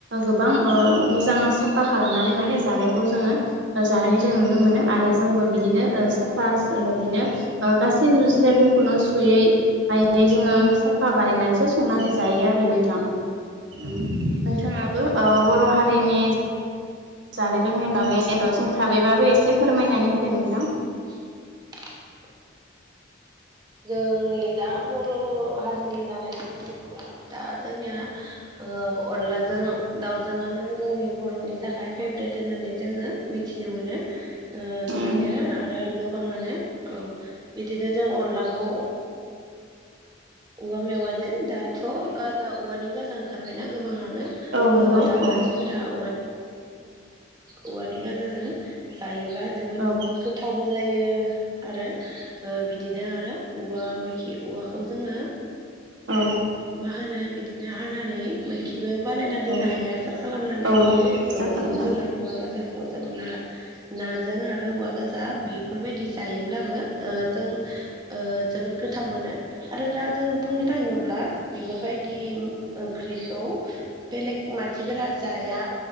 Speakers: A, on the right; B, on the right.
A: गोबां ओ मोजां साफा खालामनानै माने जानायखौ जोङो जानायखौ जों नुनो मोनो आरो जोंबो बिदिनो ओ साफा बिदिनो ओ गासै जिरादफोरखौनो सुयै बायै जोङो साफा बानायनानैसो संनानै जायो आरो आरो नोंथां नोंथाङाबो ओ बर' हारिनि जानाय लोंनायाय ए सुंथाबैबाबो एसे फोरमायनानै होदो नोंथां
B: <inaudible> जोंनि दा बर' हारिनि जानायफोर दङोबा दा जोंनिया ओ अनलाजों दाउजोंआनो जोंनि बर'नि थाखाय फेभ्रेट होननानै जोङो मिथिनो मोनो ओ
A: उम
B: बिदिनो आरो गोबाङानो औ बिदिनो जों अनला ओ औवा मेवाजों दाथ' गाजा औवानि गाजा ओंखारबायना गोबां गोबाङानो
A: औ नंगौ
B: ओ
A: औ
B: दा मानसिफोरा औ औवानि गोजाजों जायो अब्ला जोबोद
A: औ
B: गोथावबो जायो आरो बिदिनो आरो औवा मैखि औवाखौ जोङो
A: औ
B: मा होनो बिदि ना हानानै मैखि बो बानायना दोननो
A: औ
B: हायो आसार खालामनानै
A: औ नंगौ आसा
B: औ
A: खालामना
B: बेखौ जोङो औवा गाजाखौ जों ना नाजों आरो औवा गोजा बेफोरबायदि जायोब्लाबो जों जोबोद गोथाव मोनो आरो दा जों बुंनो थाङोब्ला बेफोरबायदि ओंख्रि खौ बेलेग मानसिफोरा जाया